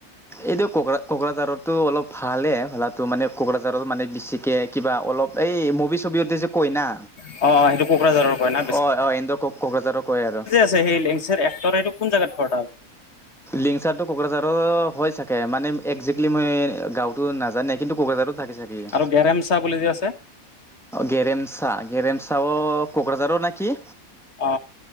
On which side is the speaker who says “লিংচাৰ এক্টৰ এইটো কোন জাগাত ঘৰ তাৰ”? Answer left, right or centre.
Left